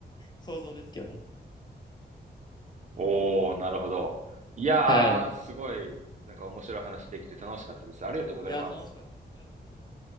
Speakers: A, on the left (about 25°); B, on the right (about 45°).
A: 想像ですけどね。
B: おー、なるほど。いやー、
A: はい。
B: すごい、なんか面白い話できて楽しかったです。ありがとうございます。
A: いや、楽しかったです。ありがとうございます。